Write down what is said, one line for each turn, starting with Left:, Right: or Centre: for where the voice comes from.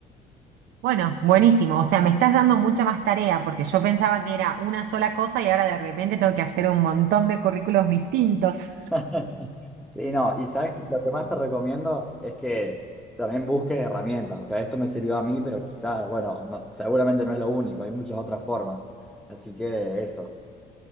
Right: Bueno, buenísimo. O sea, me estás dando mucha más tarea porque yo pensaba que era una sola cosa y ahora de repente tengo que hacer un montón de currículos distintos.
Centre: <laughs> Sí, no, y sabes que lo que más te recomiendo es que también busques herramientas. O sea, esto me sirvió a mí, pero quizás, bueno, no- seguramente no es lo único, hay muchas otras formas. Así que eso.